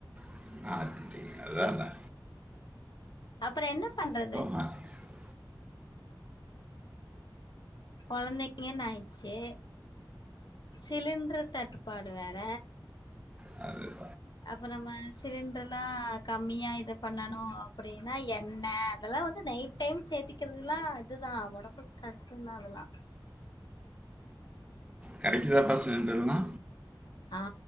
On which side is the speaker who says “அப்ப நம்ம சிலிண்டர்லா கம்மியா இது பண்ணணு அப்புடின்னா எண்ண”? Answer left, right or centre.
Left